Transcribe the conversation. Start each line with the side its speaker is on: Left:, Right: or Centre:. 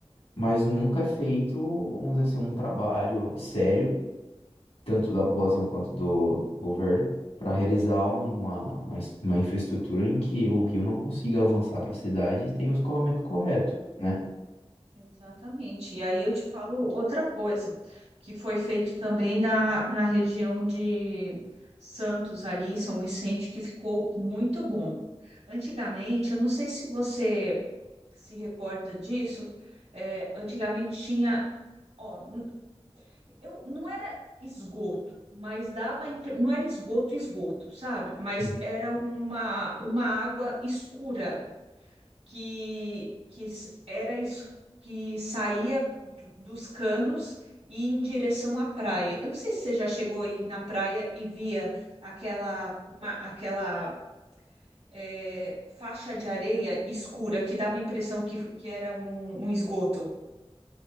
Left: mas nunca é feito, vamos dizer assim, um trabalho sério tanto da população quanto do governo, para realizar uma, uma, es- uma infraestrutura em que o rio não consiga avançar para a cidade e tenha o escoamento correto, né?
Right: Exatamente. E aí eu te falo outra coisa que foi feito também na, na região de Santos, ali, São Vicente, que ficou muito bom. Antigamente, eu não sei se você se recorda disso, é, antigamente tinha, ó, n- eu, não era esgoto, mas dava, a impre- não era esgoto, esgoto, sabe? Mas
Left: Hum.
Right: era uma, uma água escura que, que s- era es- que saía do- dos canos e ia em direção à praia. Eu não sei se você já chegou aí na praia e via aquela ma- aquela é, faixa de areia escura que dava a impressão que, que era um, um esgoto.